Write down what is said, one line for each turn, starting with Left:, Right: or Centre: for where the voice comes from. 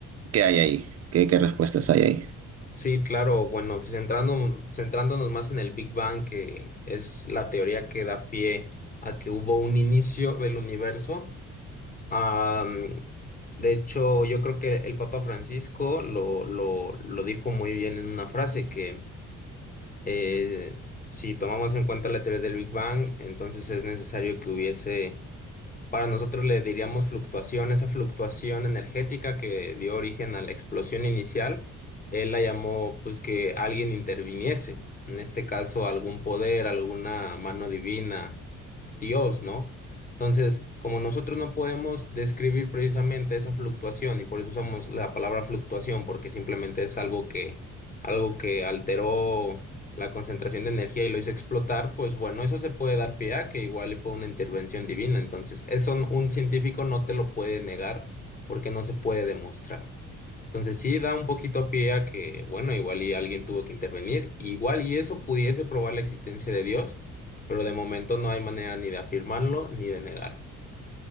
Right: ¿Qué hay ahí? ¿Qué, qué respuestas hay ahí?
Left: sí, claro, bueno, centrando- centrándonos más en el Big Bang, que es la teoría que da pie a que hubo un inicio del universo. am, de hecho, yo creo que el Papa Francisco lo, lo, lo dijo muy bien en una frase que eh, si tomamos en cuenta la teoría del Big Bang, entonces es necesario que hubiese Para nosotros le diríamos fluctuación, esa fluctuación energética que dio origen a la explosión inicial, él la llamó pues que alguien interviniese, en este caso algún poder, alguna mano divina, Dios, ¿no? Entonces, como nosotros no podemos describir precisamente esa fluctuación y por eso usamos la palabra fluctuación, porque simplemente es algo que, algo que alteró la concentración de energía y lo hizo explotar, pues bueno, eso se puede dar pie a que igual y fue una intervención divina. Entonces, eso un científico no te lo puede negar porque no se puede demostrar. Entonces sí da un poquito pie a que, bueno, igual y alguien tuvo que intervenir, igual y eso pudiese probar la existencia de Dios, pero de momento no hay manera ni de afirmarlo ni de negarlo.